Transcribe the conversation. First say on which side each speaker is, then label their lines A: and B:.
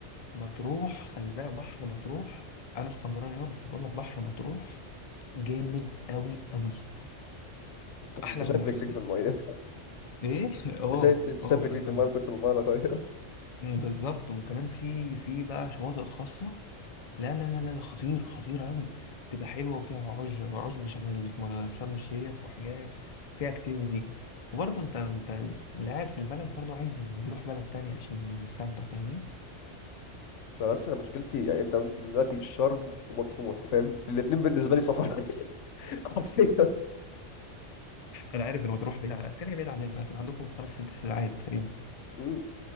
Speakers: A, on the left; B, on the left.
A: مطروح خلي بالك بحر مطروح أنا اسكندراني أهو بس بقول لك بحر مطروح جامد أوي أوي
B: انت
A: أحلى
B: انت شايف
A: من بحر
B: رجليك
A: اسكندرية
B: في الميه
A: إيه؟
B: <laughs>
A: <laughs> اه
B: انت شايف انت شايف
A: اه حرفيا
B: رجليك في الميه من كتر ما الميه نقيه
A: مم، بالظبط وكمان في في بقى شواطئ خاصة لا لا لا لا لا، خطير خطير قوي تبقى حلوة وفيها عشب عشب شبه اللي في م- في شرم الشيخ وحاجات فيها اكتيفيتي وبرضه انت انت اللي قاعد في البلد برضه عايز يروح بلد تانية عشان يستمتع فاهمني
B: انا بس انا مشكلتي يعني انت قلت دلوقتي شرم ومطروح فاهم الاتنين بالنسبه لي سفر <laughs> حرفيا
A: انا عارف ان مطروح بعيد عن اسكندريه بعيد عن الفات عندكم خمس ست ساعات تقريبا
B: مم.